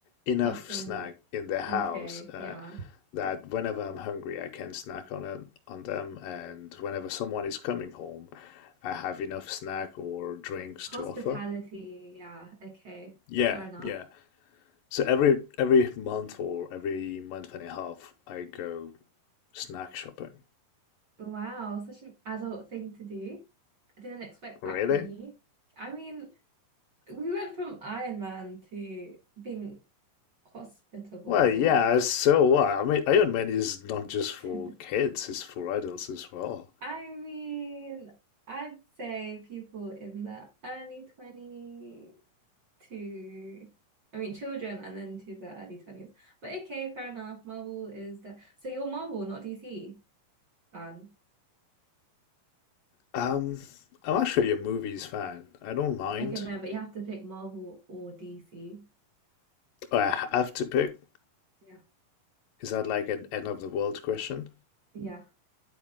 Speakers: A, on the left (about 75°); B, on the right (about 75°).
A: enough
B: Something.
A: snack in the house
B: Okay.
A: uh,
B: Yeah.
A: that whenever I'm hungry, I can snack on it, on them, and whenever someone is coming home, I have enough snack or drinks
B: Hospitality.
A: to offer.
B: Yeah. Okay.
A: Yeah,
B: Fair enough.
A: yeah. So every every month or every month and a half, I go snack shopping.
B: Wow. Such an adult thing to do. I didn't expect
A: Really?
B: that from you. I mean, we went from Iron Man to being hospitable.
A: Well, yeah, so what? I mean, Iron Man is not just for
B: <laughs>
A: kids, it's for adults as well.
B: I mean, I'd say people in the early 20s. to I mean children and then to the early 20s. But okay, fair enough. Marvel is the so you're Marvel, not DC fan.
A: Um, I'm actually a movie's fan. I don't mind.
B: Okay, no, but you have to pick Marvel or DC.
A: Oh, I have to pick.
B: Yeah.
A: Is that like an end of the world question?
B: Yeah.